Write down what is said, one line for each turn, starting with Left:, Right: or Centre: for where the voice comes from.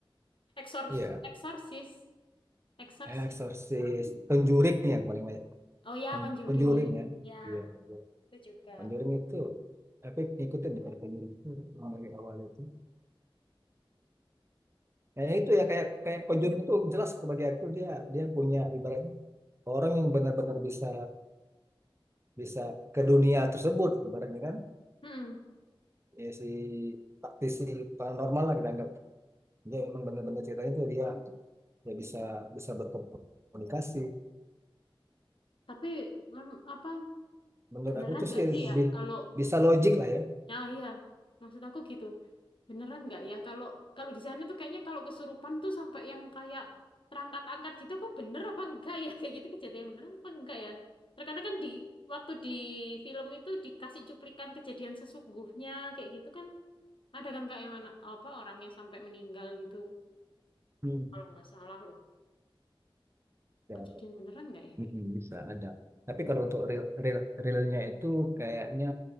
Left: Exorcist
Right: iya,
Left: Exorcist Exorcist
Right: Exorcist, Conjuring
Left: Iya.
Right: yang paling
Left: oh ya
Right: Con-
Left: Conjuring
Right: Conjuring ya.
Left: ya,
Right: Iya, Conjuring.
Left: itu juga.
Right: Conjuring itu tapi ngikutin ya kalau Conjuring itu dari awal itu. Kayaknya itu ya kayak kayak Conjuring itu jelas sebagai aktor dia dia punya ibaratnya orang yang benar-benar bisa bisa ke dunia tersebut ibaratnya kan.
Left: Hmm,
Right: Ya si praktisi paranormal lah kita anggap. Dia memang benar-benar ceritanya itu dia dia bisa bisa berkomunikasi.
Left: tapi mem- apa
Right: Menurut
Left: beneran
Right: aku tuh
Left: nggak
Right: sih
Left: sih
Right: lebih
Left: ya kalau
Right: bisa logik lah ya.
Left: ya iya maksud aku gitu beneran nggak ya kalau kalau di sana tuh kayaknya kalau kesurupan tuh sampai yang kayak terangkat-angkat gitu apa bener apa enggak ya <laughs> kayak gitu kejadian beneran apa enggak ya terkadang kan di waktu di film itu dikasih cuplikan kejadian sesungguhnya kayak gitu kan ada kan kak yang anak apa orangnya sampai meninggal gitu
Right: Hmm.
Left: kalau nggak salah loh
Right: Ya,
Left: kejadian beneran nggak ya kayak
Right: Mm-mm,
Left: gitu
Right: bisa ada. Tapi kalau untuk real real realnya itu kayaknya